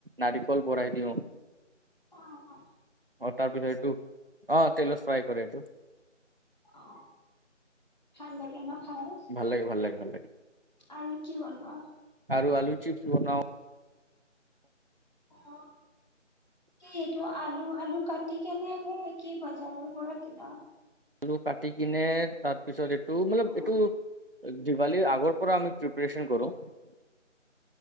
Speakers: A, on the right; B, on the left.
A: নাৰিকল ভৰাই দিওঁ।
B: অ' অ'।
A: অ তাৰ পিছত এইটো অ তেলচ। ফ্ৰাই কৰে এইটো।
B: অ ভাল লাগে ন। হয়
A: ভাল লাগে ভাল লাগে ভাল লাগে
B: আৰু কি বনোৱা।
A: আৰু আলু চিপছ বনাও।
B: অ কি এইটো আলু আলু কাটি কেনে নেকি বজাৰৰ পৰা কিনা।
A: আলু কাটি কিনে তাত পিছত এইটো মতলব
B: অ
A: এইটো। দেৱালীত আগৰ পৰা আমি প্ৰিপ্ৰেৰচণ কৰো।